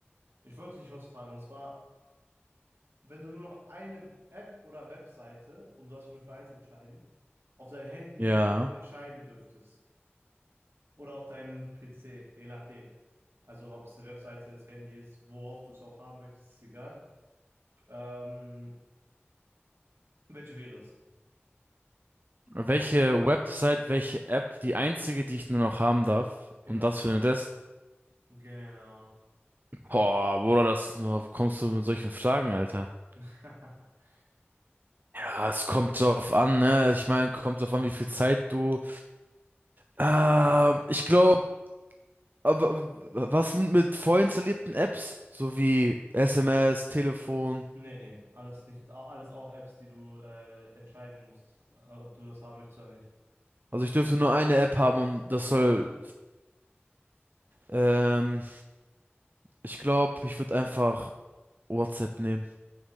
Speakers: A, on the right; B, on the right.
A: Ich wollte dich was fragen, und zwar, wenn du nur noch eine App oder Webseite, und du darfst dich nur für eins entscheiden, auf dein Handy
B: Ja.
A: entscheiden dürftest. Oder auf deinen PC, je nachdem. Also ob es eine Webseite ist, Handy ist, worauf du es auch haben möchtest, ist egal. Ähm, welche wäre es?
B: Welche
A: Warum?
B: Website, welche App, die einzige, die ich nur noch haben darf?
A: Genau.
B: Und das für den Rest?
A: Genau.
B: Boah, Bruder, das, wo kommst du mit solchen Fragen, Alter?
A: <laughs>
B: Ja, es kommt drauf an, ne? Ich meine, kommt drauf an, wie viel Zeit du. Äh, ich glaube, was sind mit vorinstallierten Apps? So wie SMS, Telefon.
A: Nee, nee, alles nicht, alles auch Apps, die du äh, entscheiden musst, äh, ob du das haben möchtest oder nicht.
B: Also ich dürfte nur eine App haben und das
A: Genau.
B: soll. Ähm, Ich glaube, ich würde einfach WhatsApp nehmen.